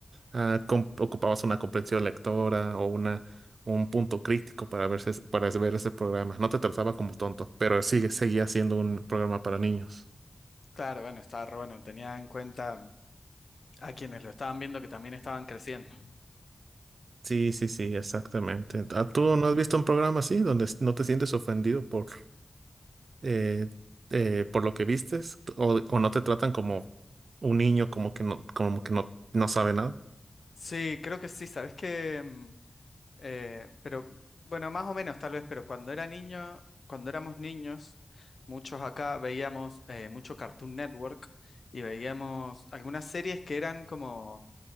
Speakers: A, on the right; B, on the left.
A: Ah, com- ocupabas una comprensión lectora o una, un punto crítico para verse, para ver ese programa. No te trataba como tonto, pero sigue, seguía siendo un programa para niños.
B: Claro, bueno, estaba re bueno. Tenía en cuenta a quienes lo estaban viendo que también estaban creciendo.
A: Sí, sí, sí, exactamente. Ah, ¿Tú
B: Ujú.
A: no has visto un programa así donde s- no te sientes ofendido por, eh, eh, por lo que vistes o, o no te tratan como un niño como que no, como que no, no sabe nada?
B: Sí, creo que sí. Sabes qué? Mm, Eh, pero bueno, más o menos tal vez, pero cuando era niño, cuando éramos niños, muchos acá veíamos eh, mucho Cartoon Network y veíamos algunas series que eran como